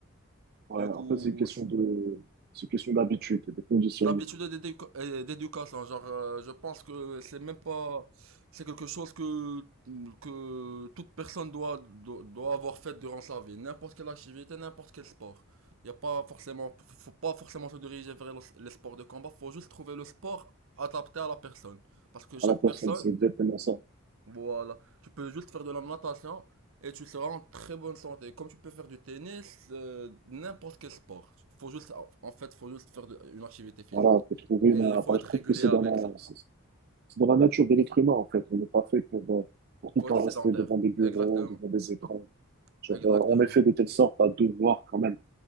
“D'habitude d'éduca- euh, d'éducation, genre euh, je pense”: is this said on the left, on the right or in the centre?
Right